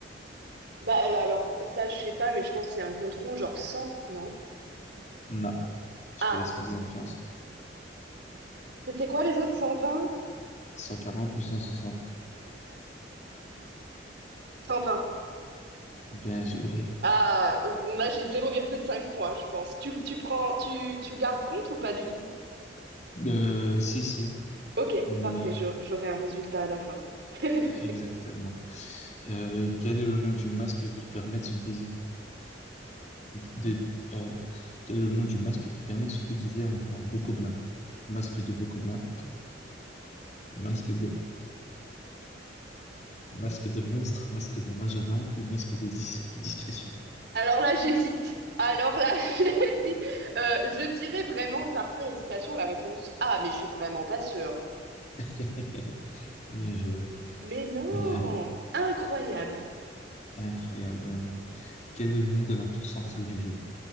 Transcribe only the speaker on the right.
Bah euh, alors, ça, je sais pas, mais je pense que c'est un compte rond, genre cent non?
Ah,
c'était quoi les autres? cent vingt
cent vingt
Ah, euh, bon là, j'ai zéro virgule cinq points, je pense. Tu, tu prends, tu, tu gardes compte ou pas du tout?
Ok,
parfait,
je- j'aurai un résultat à la fin. <laughs>
Alors là, j'hésite. Alors là, <laughs> j'hésite. Euh, je dirais vraiment par pure hésitation la réponse Ah, mais je suis vraiment pas sûre.
Mais non!
Incroyable.